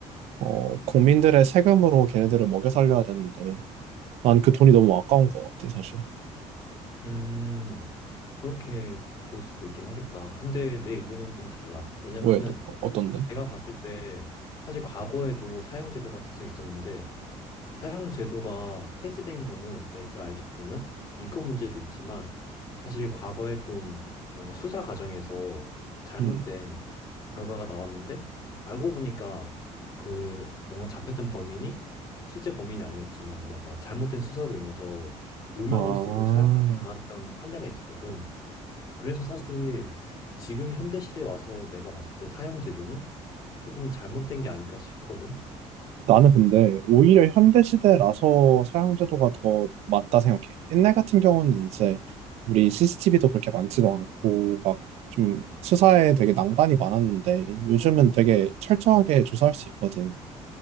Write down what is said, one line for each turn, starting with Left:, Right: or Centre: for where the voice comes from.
Right: 어, 국민들의 세금으로 걔네들을 먹여 살려야 되는데, 난 그 돈이 너무 아까운 것 같아, 사실.
Left: 음, 그렇게 볼 수도 있긴 하겠다. 근데 내 의견은 좀 달라. 왜냐면은
Right: 왜, 너- 어떤데?
Left: 내가 봤을 때 사실 과거에도 사형 제도가 계속 있었는데 사형 제도가 폐지된 거는 내가 알기로는 인권 문제도 있지만 사실 과거에 좀 뭔가 수사 과정에서 잘못된
Right: 음.
Left: 결과가 나왔는데 알고 보니까 그 뭔가 잡혔던 범인이 실제 범인이 아니었지만 뭔가 잘못된 수사로 인해서 누명을
Right: 아,
Left: 쓰고 사형까지 당했던 판례가 있었거든. 그래서 사실 지금 현대 시대에 와서 내가 봤을 때 사형 제도는 조금 잘못된 게 아닐까 싶거든.
Right: 나는 근데 오히려 현대 시대라서 사용제도가 더 맞다 생각해. 옛날 같은 경우는 이제 우리 CCTV도 그렇게 많지도 않고 막 좀 수사에 되게 난관이 많았는데 요즘은 되게 철저하게 조사할 수 있거든.